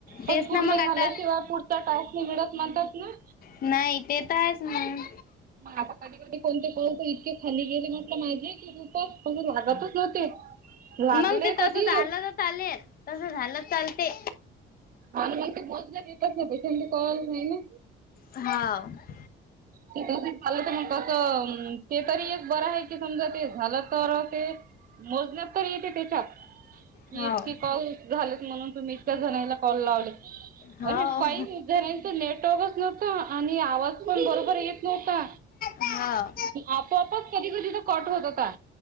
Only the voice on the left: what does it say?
तेच
ना मग आता
नाही तेेत आहेच मग.
मग ते तसं
झालं तर चालेल तसं झालं चालते.
हा.. व..
हाव
हाव
हाव